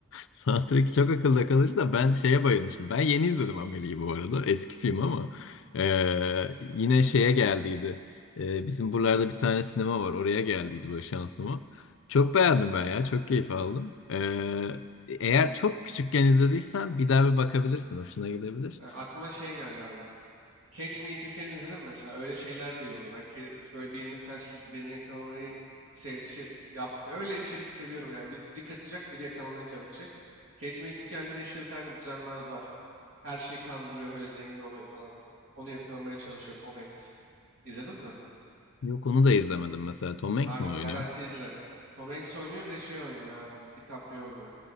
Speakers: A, on the left; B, on the right.
A: Soundtrack çok akılda kalıcı da ben şeye bayılmıştım. Ben yeni izledim Amelie'yi bu arada. Eski film ama. e, yine şeye geldiydi. E, bizim buralarda bir tane sinema var. Oraya geldiydi böyle şansıma. Çok beğendim ben ya. Çok keyif aldım. E, eğer çok küçükken izlediysen bir daha bir bakabilirsin. Hoşuna gidebilir.
B: E, aklıma şey geldi abi. Catch Me If You Can'i izledim mesela. Öyle şeyler de iyi oluyor. Ben ke- böyle birinin karşı birini yakalamayı sevdiği şey yaptı. Öyle içerik seviyorum yani. Biri, biri kaçacak, biri yakalamaya çalışacak. Catch Me If You Can'de de işte bir tane düzenbaz var. Her şeyi kandırıyor, öyle zengin oluyor falan. Onu yakalamaya çalışıyor Tom Hanks. İzledin mi?
A: Yok onu da izlemedim mesela. Tom Hanks
B: Abi
A: mi oynuyor?
B: garanti izle. Tom Hanks oynuyor bir de şey oynuyor abi. DiCaprio oynuyor.